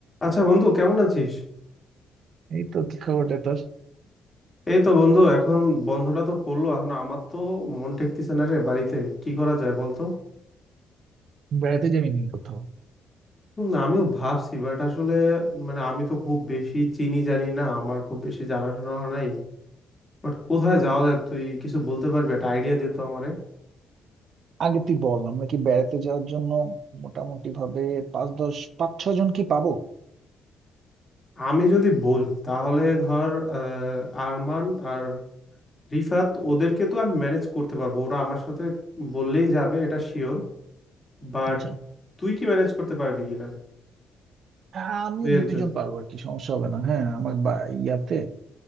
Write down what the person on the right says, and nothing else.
এই তো কি খবর রে তোর
বেড়াতে যাবি নি কোথাও
আগে তুই বল আমরা কি বেড়াতে যাওয়ার জন্য মোটামুটি ভাবে পাঁচ দশ পাঁচ ছ জন কি পাবো
আচ্ছা
হ্যাঁ, আমিও
দুইজন
পারবো আর কি সমস্যা হবে না হ্যাঁ আমার বা- ইয়াতে